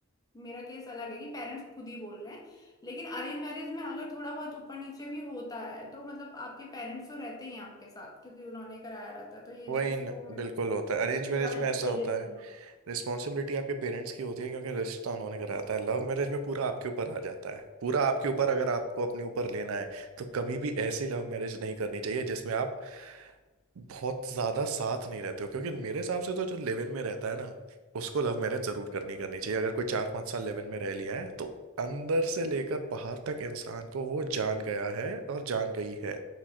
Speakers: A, on the left; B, on the right.
A: मेरा केस अलग है कि पेरेंट्स खुद ही बोल रहे हैं लेकिन अरेंज मैरिज में अगर थोड़ा बहुत ऊपर नीचे भी होता है तो मतलब आपके पेरेंट्स तो रहते ही हैं आपके साथ क्योंकि उन्होंने कराया रहता है तो ये
B: वही
A: चीज
B: न,
A: तो मेरे
B: बिल्कुल
A: को
B: होता है अरेंज
A: सिक्योरिटी
B: मैरिज में ऐसा होता
A: दे देती
B: है
A: है
B: रिस्पॉन्सिबिलिटी आपके पेरेंट्स की होती है क्योंकि रिश्ता उन्होंने कराता है लव मैरिज में पूरा आपके ऊपर आ जाता है पूरा आपके ऊपर अगर आपको अपने ऊपर लेना है तो कभी भी ऐसी लव मैरिज नहीं करनी चाहिए जिसमें आप बहुत ज्यादा साथ नहीं रहते हो क्योंकि मेरे हिसाब से तो जो लिव इन में रहता है ना उसको लव मैरिज जरूर करनी करनी चाहिए अगर कोई चार पांच साल लिव इन में रह लिया है तो अंदर से लेकर बाहर तक इंसान को वो जान गया है और जान गई है